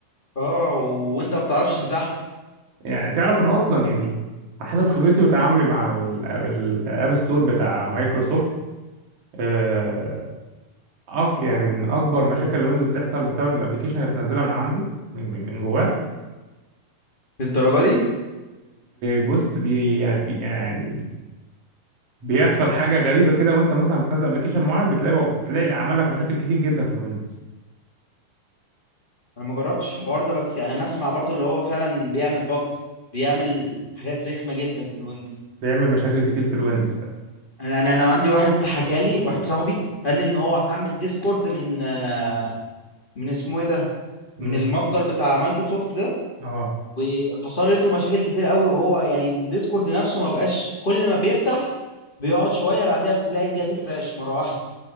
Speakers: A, on the left; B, on the right.
A: اه وانت ما بتعرفش تمسحه
B: يعني تعرف ان اصلا يعني حسب خبرتي وتعاملي مع الاب ستور بتاع مايكروسوفت آه أك- يعني من اكبر مشاكل الويندوز بتحصل بسبب الابلكيشن اللي بتنزلها من عنده من من من جواه
A: للدرجه دي
B: بص بي يعني في يعني بيحصل حاجه غريبه كده وانت مثلا بتنزل ابلكيشن معين بتلاقي بتلاقي عمل لك مشاكل كتير جدا في الويندوز
A: انا ما جربتش الحوار ده بس يعني انا اسمع برضو اللي هو فعلا بيعمل بجز بيعمل حاجات رخمه جدا في الويندوز
B: بيعمل مشاكل كتير في الويندوز فعلا
A: انا يعني انا عندي واحد حكى لي واحد صاحبي قال لي ان هو حمل ديسكورد من آه، من اسمه ايه ده من
B: امم
A: المتجر بتاع مايكروسوفت ده
B: اه
A: وحصلت له مشاكل كتير قوي وهو يعني الديسكورد نفسه ما بقاش كل ما بيفتح بيقعد شويه بعديها بتلاقي الجهاز كراش مره واحده